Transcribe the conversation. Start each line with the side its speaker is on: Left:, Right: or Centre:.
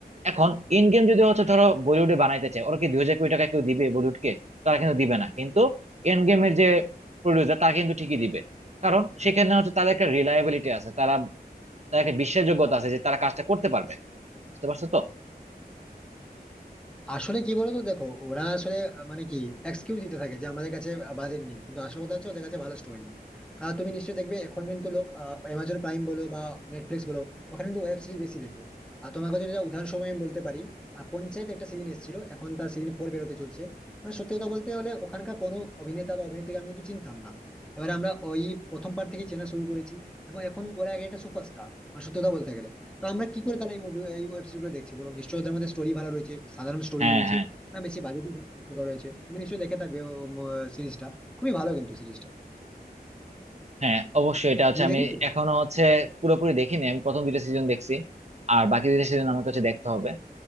Right: এখন ইন গেম যদি হচ্ছে ধরো বলিউডে বানাইতে চায় ওরা কি দুই হাজার কোটি টাকা কেউ দিবে বলিউডকে তারা কিন্তু দিবে না কিন্তু এন্ড গেমের যে প্রডিউসার তারা কিন্তু ঠিকই দিবে কারণ
Centre: মনে
Right: সেখানে
Centre: হয়?
Right: হচ্ছে তাদের একটা রিলায়েবিলিটি আছে তারা তাদের একটা বিশ্বাসযোগ্যতা
Centre: আহ
Right: আছে যে তারা কাজটা করতে পারবে বুঝতে পারছো তো
Centre: আসলে কি বলতো দেখো ওরা আসলে আহ, মানে কি এক্সকিউজ দিতে থাকে যে আমাদের কাছে বাজেট নেই কিন্তু আসল কথা হচ্ছে ওদের কাছে ভালো স্টোরি নেই কারণ তুমি নিশ্চয়ই দেখবে এখন কিন্তু লোক অ্যামাজন প্রাইম বলো বা নেটফ্লিক্স বলো ওখানে কিন্তু ওয়েব সিরিজ বেশি দেখে আর তোমাকে যদি একটা উদাহরণস্বরূপ আমি বলতে পারি আহ, পঞ্চায়েত একটা সিজন এসেছিল এখন তার সিজন ফোর বেরোতে চলছে মানে সত্যি কথা বলতে হলে ওখানকার কোনো অভিনেতা বা অভিনেত্রীকে আমি কিন্তু চিনতাম না এবারে আমরা ওই প্রথম পার্ট থেকে চেনা শুরু করেছি এবং এখন ওরা এক একটা সুপারস্টার মানে সত্যি কথা বলতে গেলে তো আমরা কি করে তাহলে এই মুভি এই ওয়েব সিরিজ গুলো দেখছি বলো নিশ্চয়ই ওদের মধ্যে স্টোরি ভালো রয়েছে সাধারণ স্টোরি
Right: হ্যাঁ
Centre: রয়েছে
Right: হ্যাঁ
Centre: না বেশি বাজেট রয়েছে তুমি নিশ্চয়ই দেখে থাকবে সিরিজটা খুবই ভালো কিন্তু সিরিজটা
Right: হ্যাঁ অবশ্যই এটা হচ্ছে
Centre: তুমি
Right: আমি
Centre: দেখেছো
Right: এখনো হচ্ছে পুরোপুরি দেখিনি আমি প্রথম দুইটা সিজন দেখছি আর বাকি দুইটা সিজন আমাকে হচ্ছে দেখতে হবে